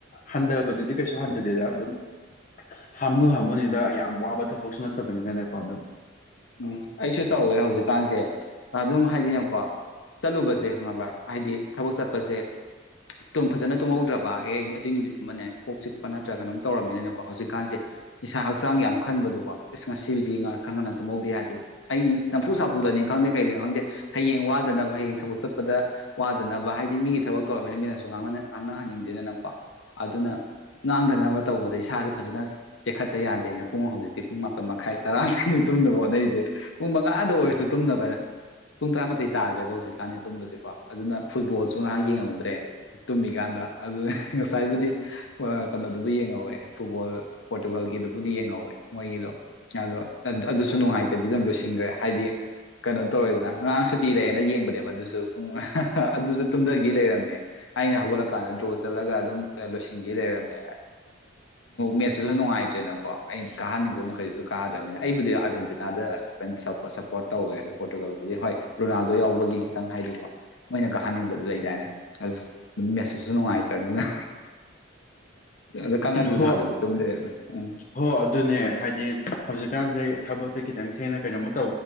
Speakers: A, on the left; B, on the left.
A: ꯍꯟꯊꯕꯗꯨꯗꯤ ꯀꯩꯁꯨ ꯍꯟꯊꯗꯦꯗ ꯑꯗꯨꯝ ꯍꯥꯝꯃꯨ ꯍꯥꯝꯃꯨꯅꯤꯗ ꯌꯥꯝ ꯋꯥꯕ ꯊꯕꯛꯁꯨ ꯅꯠꯇꯕꯅꯤꯅꯅꯦꯀꯣ ꯑꯗꯨꯝ
B: ꯎꯝ ꯑꯩꯁꯨ ꯇꯧꯋꯦ ꯍꯧꯖꯤꯛꯀꯥꯟꯁꯦ ꯑꯗꯨꯝ ꯍꯥꯏꯗꯤꯀꯣ ꯆꯠꯂꯨꯕꯁꯦ ꯈꯪꯉꯕ꯭ꯔ ꯍꯥꯏꯗꯤ ꯊꯕꯛ ꯆꯠꯄꯁꯦꯨꯝ ꯐꯖꯅ ꯇꯨꯝꯍꯧꯗ꯭ꯔꯕ ꯍ ꯑꯗꯨꯏ ꯅꯨꯃꯤꯠꯇꯨꯝꯕꯅꯦ ꯀꯣꯛ ꯆꯤꯛꯄ ꯅꯠꯇ꯭ꯔꯒꯅꯝ ꯇꯧꯔꯝꯃꯤꯅꯅꯦꯀꯣ ꯍꯧꯖꯤꯛꯀꯥꯟꯁꯦ ꯏꯁꯥ ꯍꯛꯆꯥꯡ ꯌꯥꯝ ꯈꯟꯕꯗꯣꯀꯣ ꯑ ꯉꯁꯤꯕꯨꯗꯤ ꯉ ꯈꯔ ꯉꯅ ꯇꯨꯝꯍꯧꯗ ꯌꯥꯗꯦ ꯑꯩ ꯅꯝꯐꯨ ꯁꯥꯐꯨꯗꯅꯤ ꯈꯪꯗꯦ ꯀꯩꯗꯅ ꯍꯗꯤ ꯍꯌꯦꯡ ꯋꯥꯗꯅꯕ ꯍꯌꯦꯡ ꯊꯕꯛ ꯆꯠꯄ ꯄꯗ ꯋꯥꯗꯅꯕ ꯍꯥꯏꯗꯤ ꯃꯤꯒꯤ ꯊꯕꯛ ꯇꯧꯃꯤꯅ ꯃꯤꯅꯁꯨ ꯉꯥꯡꯅꯍꯟꯅꯤꯡꯗꯦꯗꯅꯀꯣ ꯑꯗꯨꯅ ꯉꯥꯡꯗꯅꯕ ꯇꯧꯕꯗ ꯏꯁꯥꯁꯦ ꯐꯖꯅ ꯇꯦꯛꯈꯠꯇ ꯌꯥꯗꯦꯅ ꯄꯨꯡ ꯍꯧꯖꯤꯛꯇꯤ ꯄꯨꯡ ꯃꯥꯄꯟ ꯃꯈꯥꯏ ꯇꯔꯥꯗ ꯇꯨꯝꯅꯕ ꯍꯣꯠꯅꯔꯤꯁꯦ ꯄꯨꯡ ꯃꯉꯥꯗ ꯑꯣꯏꯔꯁꯨ ꯇꯨꯝꯅꯕ ꯄꯨꯡ ꯇꯔꯥꯃꯥꯊꯣꯏ ꯇꯥꯗ꯭ꯔꯦꯕ ꯍꯧꯖꯤꯛꯀꯥꯟꯗꯤ ꯇꯨꯝꯕꯁꯤꯀꯣ ꯑꯗꯨꯅ ꯐꯨꯠꯕꯣꯜꯁꯨ ꯉꯥꯏꯍꯥꯛ ꯌꯦꯡꯍꯧꯗ꯭ꯔꯦ ꯇꯨꯝꯃꯤꯀꯥꯟꯗ ꯑꯗꯨ ꯉꯁꯥꯏꯕꯨꯗꯤ ꯀꯩꯅꯣꯗꯨꯕꯨ ꯌꯦꯡꯍꯧꯋꯦ ꯐꯨꯠꯕꯣꯜ ꯄꯣꯔꯇꯨꯒꯜꯒꯤꯗꯨꯕꯨꯗꯤ ꯌꯦꯡꯍꯧꯋꯦ ꯃꯣꯏꯒꯤꯗꯣ ꯑꯗꯣ ꯑꯗꯨꯁꯨ ꯅꯨꯡꯉꯥꯏꯇꯕꯤꯗ ꯁꯤꯟꯈ꯭ꯔꯦ ꯍꯥꯏꯗꯤ ꯀꯩꯅꯣ ꯇꯧꯔꯦꯗꯅ ꯉꯔꯥꯡ ꯁꯨꯇꯤ ꯂꯩꯔꯦꯅ ꯌꯦꯡꯕꯅꯦꯕ ꯑꯗꯨꯁꯨ ꯄꯨꯡ ꯑꯗꯨꯁꯨ ꯇꯨꯝꯊꯈꯤꯦ ꯂꯩꯔꯝꯃꯦ ꯑꯩꯅ ꯍꯧꯒꯠꯂꯛꯀꯥꯟꯗ ꯗ꯭ꯔꯣ ꯆꯠꯂꯒ ꯑꯗꯨꯝ ꯂꯣꯏꯁꯤꯟꯈꯤꯦ ꯂꯩꯔꯝꯃꯦ ꯃꯦꯠꯁꯇꯨꯁꯨ ꯅꯨꯡꯉꯥꯏꯇ꯭ꯔꯦꯅꯀꯣ ꯑꯩꯩꯅ ꯀꯥꯍꯟꯅꯤꯡꯕ ꯃꯈꯩꯗꯨꯁꯨ ꯀꯥꯗ꯭ꯔꯕꯅꯤꯅ ꯑꯩꯕꯨꯗꯤ ꯑꯥꯔꯖꯦꯟꯇꯤꯅꯥꯗ ꯁꯞꯄꯣꯔꯠ ꯇꯧꯋꯦ ꯄꯣꯔꯇꯨꯒꯜꯕꯨꯗꯤ ꯍꯣꯏ ꯔꯣꯅꯥꯜꯗꯣ ꯌꯥꯎꯕꯒꯤ ꯈꯤꯇꯪ ꯍꯥꯏꯗꯤꯀꯣ ꯃꯣꯏꯅ ꯀꯥꯍꯟꯅꯤꯡꯕꯗ ꯂꯩꯗꯥꯏꯅꯦ ꯑꯗꯨ ꯃꯦꯁꯨꯁꯨ ꯅꯨꯡꯉꯥꯏꯇ꯭ꯔꯕꯅꯤꯅ ꯑꯗ ꯀꯥꯡꯒꯟꯁꯨ
A: ꯍꯣ
B: ꯊꯥꯗꯕꯤ ꯇꯨꯝ ꯂꯩꯔꯝꯃꯦ ꯎꯝ
A: ꯍꯣ ꯑꯗꯨꯅꯦ ꯍꯥꯏꯗꯤ ꯍꯧꯖꯤꯛꯀꯥꯟꯁꯦ ꯊꯕꯛꯁꯦ ꯈꯤꯇꯪ ꯊꯦꯡꯅ ꯀꯩꯅꯣꯃꯧ